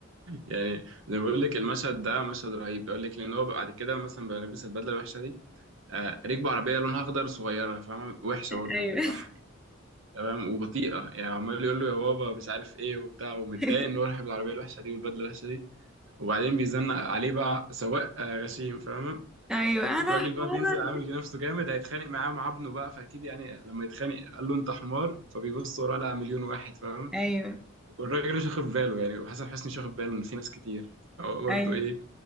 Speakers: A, on the right (about 65°); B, in the centre.
A: يعني زي ما بقول لك المشهد ده مشهد رهيب بقول لك لان هو بعد كده مثلا بيلبس البدله الوحشه دي آه ركبه عربيه لونها اخضر صغيره فاهمه وحشه برضه
B: ايوه
A: بتضحك تمام وبطيئه يعني عمال يقول له يا بابا مش عارف ايه وبتاع ومتضايق
B: <laughs>
A: ان هو رايح بالعربيه الوحشه دي والبدله الوحشه دي وبعدين بيزنق عليه بقى سواق آه، غشيم فاهمه
B: ايوه
A: والراجل
B: انا حمار
A: بقى بينزل عامل نفسه جامد هيتخانق معاه مع ابنه بقى فاكيد يعني لما يتخانق قال له انت حمار فبيبص وراه لقى مليون واحد فاهم
B: ايوه
A: والراجل مش واخد باله يعني وحسن حسني مش واخد باله ان في ناس كتير هو برضه
B: ايوه
A: ايه